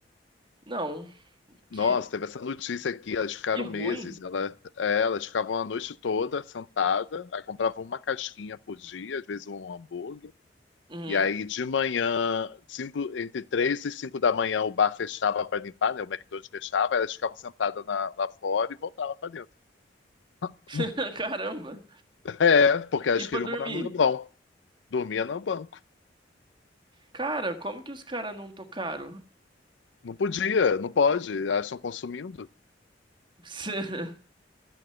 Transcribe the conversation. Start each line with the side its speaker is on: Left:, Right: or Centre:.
Right: Não,
Left: Nossa,
Right: que,
Left: teve essa notícia aqui, elas ficaram
Right: que ruim.
Left: meses. Ela, é, elas ficavam a noite toda sentada, aí compravam uma casquinha por dia, às vezes um hambúrguer.
Right: Uhum.
Left: E aí de manhã, cinco, entre três e cinco da manhã, o bar fechava para limpar, né? O McDonald's fechava, elas ficavam sentadas na- lá fora e voltavam para dentro. <laughs>
Right: <laughs> Caramba.
Left: É, porque elas
Right: E pra
Left: queriam
Right: dormir?
Left: morar no Leblon. Dormia no banco.
Right: Cara, como que os caras não tocaram?
Left: Não podia, não pode. Elas estão consumindo.
Right: <laughs>